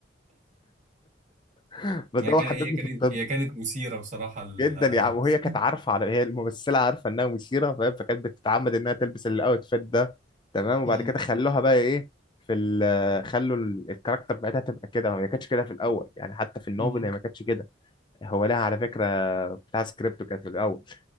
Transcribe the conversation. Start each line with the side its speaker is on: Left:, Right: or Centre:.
Left: <laughs> بس
Right: هي
Left: ده هو
Right: كان
Left: حببني
Right: هي كانت
Left: في الطب
Right: هي كانت مثيرة بصراحة ال-
Left: جدا
Right: الهمس
Left: يا عم وهي كانت عارفه على هي الممثله عارفه انها مثيره فاهم فكانت بتتعمد انها تلبس الاوتفيت ده تمام وبعد
Right: مم.
Left: كده خلوها بقى ايه في ال خلوا ال- الكاركتر بتاعتها تبقى كده هي ما كانتش كده في الاول يعني حتى في النوفل
Right: مم.
Left: هي ما كانتش كده هو لها على فكره بتاع سكريبته كان في الاول